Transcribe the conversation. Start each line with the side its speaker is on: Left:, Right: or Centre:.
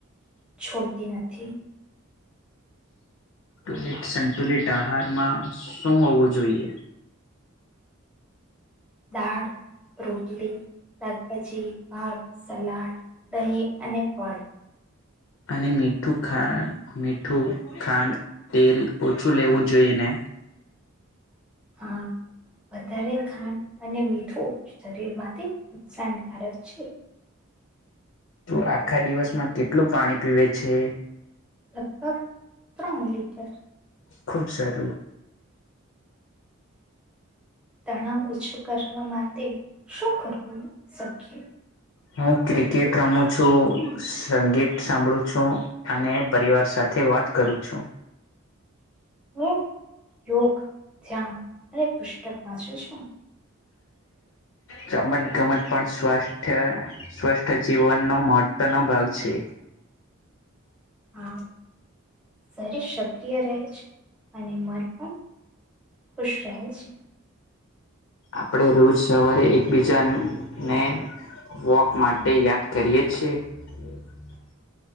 Centre: છોડતી નથી
Left: ુલ સંતુલિત આહારમાં શું હોવું જોઈએ
Centre: દાળ રોટલી શાકભાજી ભાત સલાદ દહીં અને ફળ
Left: અને મીઠું ખાંડ મીઠું ખાંડ તેલ ઓછું લેવું જોઈએ ને
Centre: હા વધારે ખાંડ અને મીઠું શરીર માંથી નુકસાનકારક છે
Left: તો આખા દિવસમાં કેટલું પાણી પીવે છે
Centre: લગભગ ત્રણ લીટર
Left: ખૂબ સારું
Centre: તણાવ ઓછો કરવા માટે શું કરવું શકીએ
Left: હું ક્રિકેટ રમું છું સંગીત સાંભળું છું અને પરિવાર સાથે વાત કરું છું
Centre: હું યોગ ધ્યાન અને પુષક વાંચું છું
Left: ચમત ગમત પણ સ્વસ્થ સ્વષઠ જીવનનોો મહત્વનોો ભાગ છે
Centre: હા સર સક્રિય રહે છે અને મન પણ ખુશ રહે છે
Left: આપણે રોજ સવારે એકબીજાને વોક માટે યાદ કરીએેીએ હ